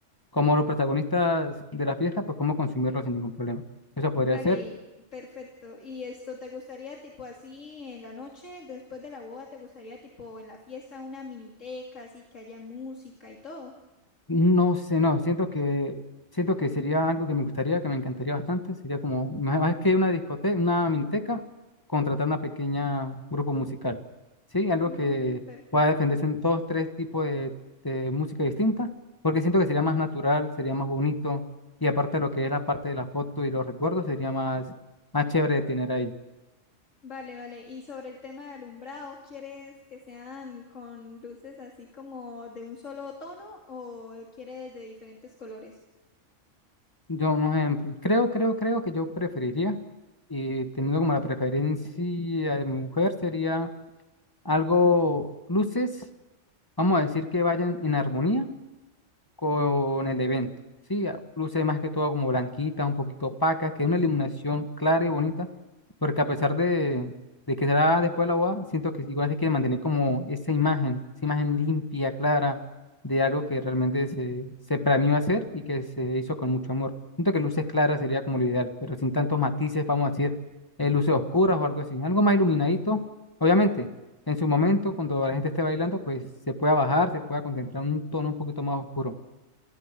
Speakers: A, on the left (about 15°); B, on the left (about 70°).
A: como los protagonistas de la fiesta, pues cómo consumirlo sin ningún problema. Eso podría
B: Vale,
A: ser.
B: y- perfecto. ¿Y esto te gustaría tipo así en la noche, después de la boda, te gustaría tipo en la fiesta una miniteca, así que haya música y todo?
A: No sé, no, siento que, siento que sería algo que me gustaría, que me encantaría bastante. Sería como, más más que una discoteca, una miniteca, contratar una pequeña grupo musical. Sí, algo
B: Mm,
A: que
B: perfecto.
A: pueda defenderse en todos tres tipos de, de música distinta, porque siento que sería más natural, sería más bonito, y aparte de lo que es la parte de la foto y los recuerdos, sería más, más chévere de tener ahí.
B: Vale, vale. Y sobre el tema de alumbrado, ¿quieres que sean con luces así como de un solo tono o quieres de diferentes colores?
A: Yo, un ejemplo, creo, creo, creo que yo preferiría, y teniendo como la preferencia de mi mujer, sería algo luces, vamos a decir que vayan en armonía con el evento. Sí, a- luce más que todo como blanquitas, un poquito opacas, que es una iluminación clara y bonita, porque a pesar de, de que será después de la boda, siento que igual se quiere mantener como esa imagen, esa imagen limpia, clara, de algo que realmente se, se planeó hacer y que se hizo con mucho amor. Siento que luces claras sería como lo ideal, pero sin tantos matices, vamos a decir, eh, luces oscuras o algo así, algo más iluminadito, obviamente en su momento, cuando la gente esté bailando, pues se pueda bajar, se pueda contemplar un tono un poquito más oscuro.